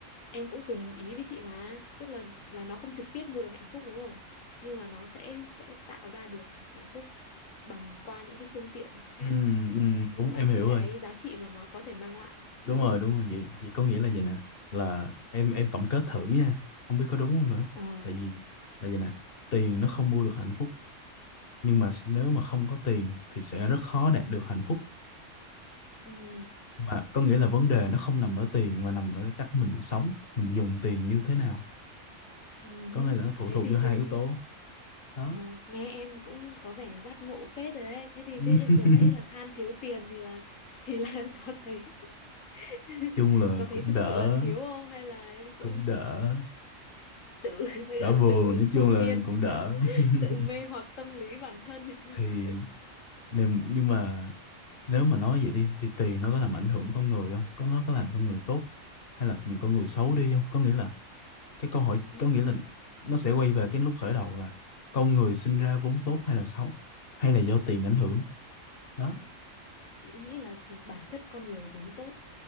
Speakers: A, on the left (about 80°); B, on the left (about 50°).
A: em cũng cùng ý với chị mà tức là là nó không trực tiếp mua được hạnh phúc đúng không nhưng mà nó sẽ sẽ tạo ra được hạnh phúc bằng qua những cái phương tiện khác
B: Ừ, ừ, đúng
A: bằng qua
B: em
A: những
B: hiểu
A: cái
B: rồi.
A: giá trị mà nó có thể mang lại
B: Đúng
A: đúng
B: rồi,
A: không
B: đúng rồi. Vậy vậy có nghĩa là vậy nè, là em em tổng kết thử nha, không biết có đúng không nữa.
A: ờ
B: Tại vì là vậy nè, tiền nó không mua được hạnh phúc, nhưng mà nếu mà không có tiền thì sẽ rất khó đạt được hạnh phúc.
A: ừ
B: Mà có nghĩa là vấn đề nó không nằm ở tiền mà nằm ở cái cách mình sống, mình dùng tiền như thế nào
A: Ừ hứ.
B: có nghĩa là nó phụ
A: Thế
B: thuộc
A: thì
B: vô
A: bây-
B: hai yếu tố đó
A: ờ, nghe em cũng có vẻ giác ngộ phết rồi đấy. Thế thì,
B: <laughs>
A: thế thì vừa nãy là than thiếu tiền thì là thì là <laughs> có thấy <laughs>
B: chung là
A: có thấy
B: cũng
A: thực
B: đỡ
A: sự là thiếu không hay là ấy cũng
B: cũng đỡ
A: tự <laughs> gọi
B: đỡ buồn
A: là tự
B: nói
A: thôi
B: chung là
A: miên
B: cũng đỡ
A: tự
B: <laughs>
A: tự mê hoặc tâm lý bản thân.
B: thì
A: <laughs>
B: niềm nhưng mà nếu mà nói vậy đi thì tiền nó có làm ảnh hưởng con người không có nó có làm con người tốt hay là con người xấu đi không có nghĩa là cái câu hỏi
A: Ừ hứ.
B: có nghĩa là nó sẽ quay về cái lúc khởi đầu là con người sinh ra vốn tốt hay là xấu hay là do tiền ảnh hưởng đó
A: Chị nghĩ là bản chất con người vốn tốt